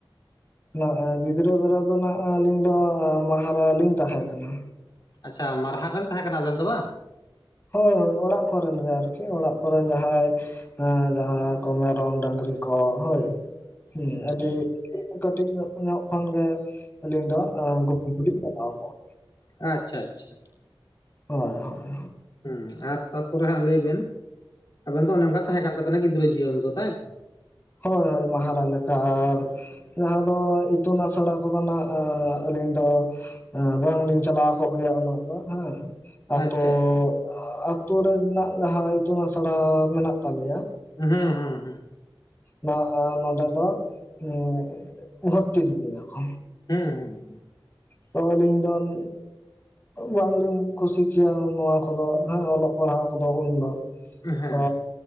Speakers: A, on the left; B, on the left.
A: ᱱᱟᱜ ᱜᱤᱫᱽᱨᱟᱹ ᱵᱮᱲᱟ ᱫᱚ ᱱᱟᱜ ᱟᱹᱞᱤᱧ ᱫᱚ ᱢᱟᱦᱟᱨᱟ ᱞᱤᱧ ᱛᱟᱦᱮᱸ ᱠᱟᱱᱟ।
B: ᱟᱪᱪᱷᱟ ᱢᱟᱨᱦᱟᱜ ᱵᱮᱱ ᱛᱟᱦᱮᱸ ᱠᱟᱱᱟ ᱟᱵᱮᱱ ᱫᱚ ᱵᱟᱝ?
A: ᱦᱳᱭ ᱦᱳᱭ ᱚᱲᱟᱜ ᱠᱚᱨᱮᱱ ᱜᱮ ᱟᱨᱠᱤ, ᱚᱲᱟᱜ ᱠᱚᱨᱮᱱ ᱡᱟᱦᱟᱸᱭ ᱦᱮᱸ ᱡᱟᱦᱟᱸ ᱠᱚ ᱢᱮᱨᱚᱢ ᱰᱟᱝᱨᱤ ᱠᱚ ᱦᱳᱭ, ᱦᱩᱸ। ᱟᱹᱰᱤ ᱠᱟᱹᱴᱤᱡ ᱧᱚᱜ ᱧᱚᱜ ᱠᱷᱚᱱ ᱜᱮ ᱟᱹᱞᱤᱧ ᱫᱚ ᱟᱻ ᱜᱩᱯᱤ ᱠᱚᱞᱤᱧ ᱪᱟᱞᱟᱣ ᱠᱚᱜᱼᱟ।
B: ᱟᱪᱪᱷᱟ ᱟᱪᱪᱷᱟ।
A: ᱦᱳᱭ ᱦᱳᱭ᱾
B: ᱦᱩᱸ ᱟᱨ ᱛᱟᱯᱚᱨᱮ ᱦᱟᱸᱜ ᱞᱟᱹᱭ ᱵᱮᱱ, ᱟᱵᱮᱱ ᱫᱚ ᱚᱱᱮ ᱚᱱᱠᱟ ᱛᱟᱦᱮᱸ ᱠᱟᱱ ᱛᱟᱵᱮᱱᱟ ᱜᱤᱫᱽᱨᱟᱹ ᱡᱤᱭᱚᱱ ᱫᱚ ᱛᱟᱭᱛᱚ?
A: ᱦᱳᱭ ᱦᱳᱭ ᱢᱟᱦᱟᱨᱟ ᱞᱮᱠᱟ, ᱟᱨ ᱡᱟᱦᱟᱸ ᱫᱚ ᱤ ᱛᱩᱱ ᱟᱥᱲᱟ ᱠᱚᱫᱚ ᱱᱟᱜ ᱮᱸ ᱟᱹᱞᱤᱧ ᱫᱚ ᱮᱸ ᱵᱟᱝᱞᱤᱧ ᱪᱟᱞᱟᱣ ᱠᱚᱜ ᱜᱮᱭᱟ ᱩᱱᱟᱹᱜ ᱫᱚ ᱦᱮᱸ, ᱟᱛᱳ
B: ᱟᱪᱪᱷᱟ ᱟᱪᱪᱷᱟ
A: ᱟ ᱟᱛᱳ ᱨᱮ ᱨᱮᱱᱟᱜ ᱡᱟᱦᱟᱸ ᱤᱛᱩᱱ ᱟᱥᱲᱟ ᱢᱮᱱᱟᱜ ᱛᱟᱞᱮᱭᱟ,
B: ᱦᱩᱸ ᱦᱩᱸ ᱦᱩᱸ᱾
A: ᱱᱟᱜ ᱟ ᱱᱚᱰᱮ ᱫᱚ ᱮᱸ ᱵᱷᱚᱨᱛᱤ ᱞᱤᱫᱤᱧᱟᱠᱚ।
B: ᱦᱮᱸ ᱦᱩᱸ ᱦᱩᱸ᱾
A: ᱛᱚ ᱟᱹᱞᱤᱧ ᱫᱚ ᱩᱸ ᱵᱟᱝᱞᱤᱧ ᱠᱩᱥᱤ ᱠᱮᱭᱟ ᱱᱚᱣᱟ ᱠᱚᱫᱚ, ᱦᱮᱸ ᱚᱞᱚᱜ ᱯᱟᱲᱦᱟᱣ ᱠᱚᱫᱚ ᱩᱱᱫᱚ।
B: ᱦᱩᱸ ᱦᱮᱸ
A: ᱛᱚ,